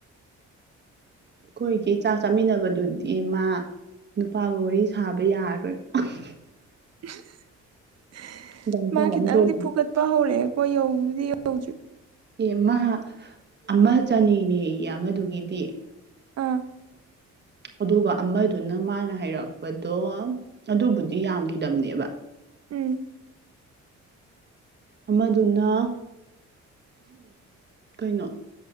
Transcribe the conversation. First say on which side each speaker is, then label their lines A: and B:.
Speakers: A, on the right (about 35°); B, on the right (about 55°).
A: ꯑꯩꯈꯣꯏꯒꯤ ꯆꯥꯛ ꯆꯥꯃꯤꯟꯅꯕꯗꯨꯗꯤ ꯃꯥ ꯅꯨꯄꯥꯒ ꯋꯥꯔꯤ ꯁꯥꯕ ꯌꯥꯔꯔꯣꯏ <unintelligible>
B: <inaudible>
A: ꯒꯟꯖꯥꯎ
B: ꯃꯥ ꯈꯤꯇꯪꯗꯤ
A: ꯑꯃ ꯇꯣꯛꯈꯤ
B: ꯐꯨꯒꯠꯄ ꯍꯧꯔꯛꯑꯦꯀꯣ ꯌꯧꯕꯨꯗꯤ ꯌꯧꯗ꯭ꯔꯤ
A: ꯑꯦ ꯃꯥ ꯑꯃ ꯆꯅꯤꯅꯦꯌꯦ ꯑꯃꯗꯨꯒꯤꯗꯤ
B: ꯑꯥ
A: ꯑꯗꯨꯒ ꯑꯃꯗꯨꯅ ꯃꯥꯅ ꯍꯥꯏꯔꯛꯄꯗꯣ ꯑꯗꯨꯕꯨꯗꯤ ꯌꯥꯝꯈꯤꯗꯕꯅꯦꯕ
B: ꯎꯝ
A: ꯑꯃꯗꯨꯅ ꯀꯩꯅꯣ